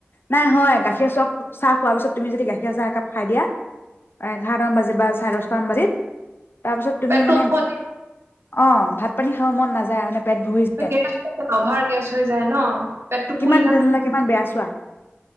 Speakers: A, on the left; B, on the right.
A: নাই হয় গাখীৰ চাহ চাহ খোৱাৰ পিছত তুমি যদি গাখীৰ চাহ একাপ খাই দিয়া এঘাৰটামান বাজি বা চাৰে দহটামান বাজিিত তাৰপিছত তুমি
B: পেটটো
A: মানে অ ভাত পান খও মন নযায় মানে পেট ভৰি যায়
B: গেছ অভাৰ গেছ হৈ যায় ন পেটটো
A: কিমান
B: ফুলি
A: তেনেহ'লে কিমান বেয়া চোৱা